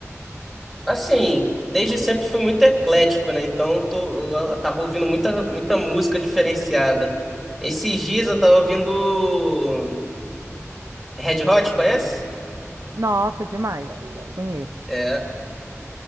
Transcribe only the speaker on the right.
Nossa, demais. Conheço.